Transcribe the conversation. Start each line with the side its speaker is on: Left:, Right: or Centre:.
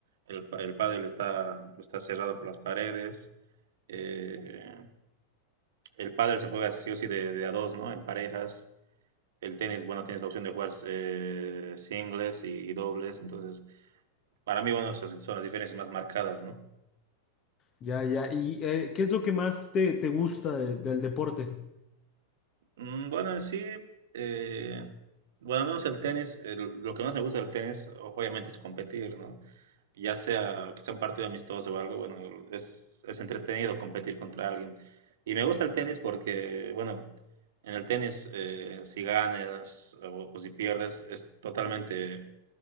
Right: El, pa- el pádel está, está cerrado por las paredes. Eh, el pádel se juega sí o sí de, de a dos, ¿no? En parejas. El tenis, bueno, tienes la opción de jugar eh, singles y, y dobles. Entonces, para mí, bueno, esas son las diferencias más marcadas, ¿no?
Left: Ya, ya. ¿Y eh, qué es lo que más te, te gusta de- del deporte?
Right: Mm, Bueno, en sí, eh, bueno, al menos el tenis, el- lo que más me gusta del tenis, obviamente, es competir, ¿no? ya sea que sea un partido amistoso o algo, bueno, es, es entretenido competir contra alguien. Y me gusta el tenis porque, bueno, en el tenis, eh, si ganas o, o si pierdes, es totalmente